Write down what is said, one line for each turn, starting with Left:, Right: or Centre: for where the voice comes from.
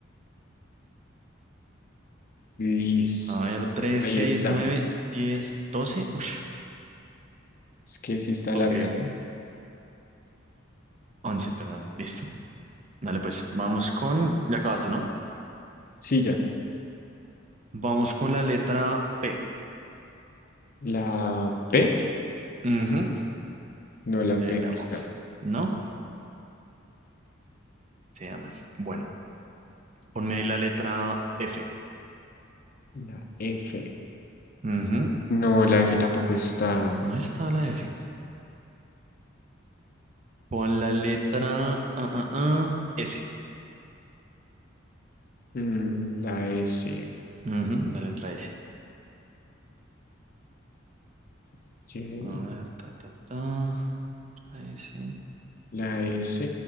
Left: Listo.
Right: a ver, tres,
Left: Ahí
Right: seis,
Left: está.
Right: nueve, diez, doce. Ush,
Left: Es que sí está
Right: ok,
Left: larga, ¿no?
Right: once, perdón, listo. Dale pues, vamos con... Ya acabaste, ¿no?
Left: Sí, ya.
Right: Vamos con la letra P.
Left: La P,
Right: Ujú,
Left: no, la
Right: P
Left: P
Right: de perro.
Left: no está.
Right: ¿No? Sí. Bueno, ponme ahí la letra F.
Left: La F.
Right: Ujú,
Left: No, la F tampoco está.
Right: No está la F. Pon la letra ah, ah, ah, S.
Left: Mm, la S.
Right: Ujú, La letra S.
Left: ok.
Right: A ver, ta, ta, ta. la S.
Left: La S.